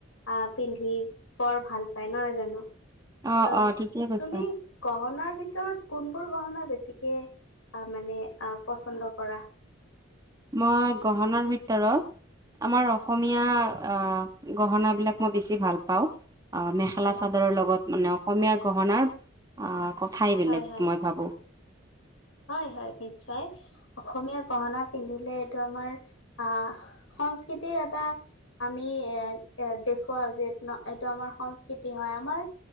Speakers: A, on the left; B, on the right.
A: আ, পিন্ধি বৰ ভাল পায়, নহয় জানো
B: অ
A: ত,
B: অ ঠিকেই কৈছা
A: তুমি গহণাৰ ভিতৰত, কোনবোৰ গহণা বেছিকে আ মানে আ পচন্দ কৰা
B: মই গহণাৰ ভিতৰত আমাৰ অসমীয়া আ গহণা বিলাক মই বেছি ভাল পাওঁ। আ, মেখেলা-চাদৰৰ
A: হয়
B: লগত মানে, অসমীয়া গহণাৰ আ কথাই বেলেগ
A: হয় হয়
B: মই ভাবোঁ।
A: হয়, হয়, নিশ্চয়। অসমীয়া গহণা পিন্ধিলে, এইটো আমাৰ আহ সংস্কৃতিৰ এটা আমি এয়াই এ দেখুৱাও যে, এইটো আমাৰ সংস্কৃতি হয় আমাৰ